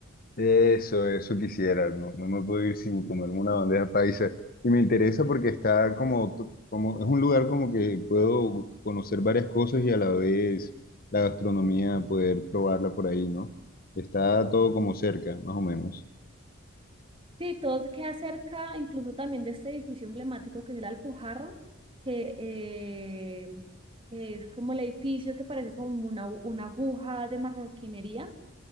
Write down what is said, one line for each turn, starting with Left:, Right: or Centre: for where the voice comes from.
Left: Eso, eso quisiera, no, no me puedo ir sin comerme una bandeja paisa. Y me interesa porque está como, to- como, es un lugar como que puedo conocer varias cosas y a la vez la gastronomía poder probarla por ahí, ¿no? Está todo como cerca, más o menos.
Right: Sí, todo queda cerca, incluso también de este edificio emblemático que es el Alpujarra, que eh, es como el edificio que parece como una, una aguja de marroquinería,